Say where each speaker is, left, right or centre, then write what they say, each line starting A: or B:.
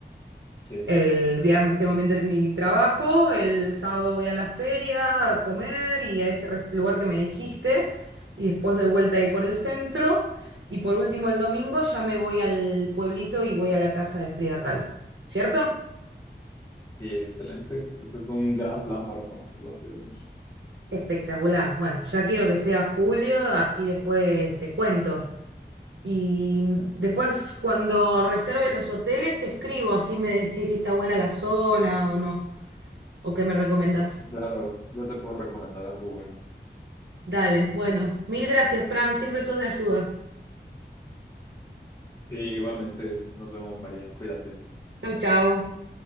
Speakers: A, on the left; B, on the right.
A: sí.
B: El viernes tengo
A: Ujú.
B: mi, entre- mi trabajo, el sábado voy a la feria a comer y a ese re- lugar que me dijiste, y después doy vuelta ahí por el centro. Y por último, el domingo ya me voy al pueblito y voy a la casa de Frida Kahlo. ¿Cierto?
A: Sí, excelente. Ese es un gran plan para conocer la Ciudad de México.
B: Espectacular. Bueno, ya quiero que sea julio, así después te cuento. Y
A: <laughs>
B: después cuando reserve los hoteles te escribo, así me decís si está buena la zona o no, o qué me recomendás.
A: Sí, Claro, yo te puedo recomendar algo bueno.
B: Dale, bueno, mil gracias, Fran, siempre sos de ayuda.
A: Sí, igualmente, nos vemos, María. Cuídate.
B: Chau, chau.